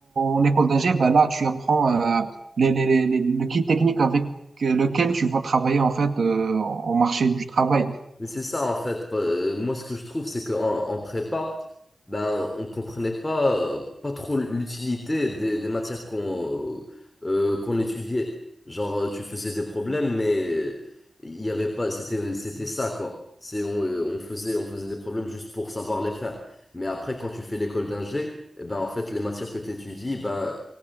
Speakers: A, on the right; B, on the left.
A: en école d'ingé, ben là, tu apprends euh, les, les, les- les- le kit technique avec euh, lequel tu vas travailler en fait euh, au marché du travail.
B: Mais c'est ça en fait. Euh, Moi, ce que je trouve, c'est qu'en en prépa, ben, on comprenait pas euh, pas trop l'utilité des, des matières qu'on euh, euh, qu'on étudiait. Genre, euh, tu faisais des problèmes, mais il y avait pas. C'était c'était ça quoi. C'est on, euh, on faisait on faisait des problèmes juste pour savoir les faire. Mais après, quand tu fais l'école d'ingé, eh ben en fait, les matières que tu étudies, ben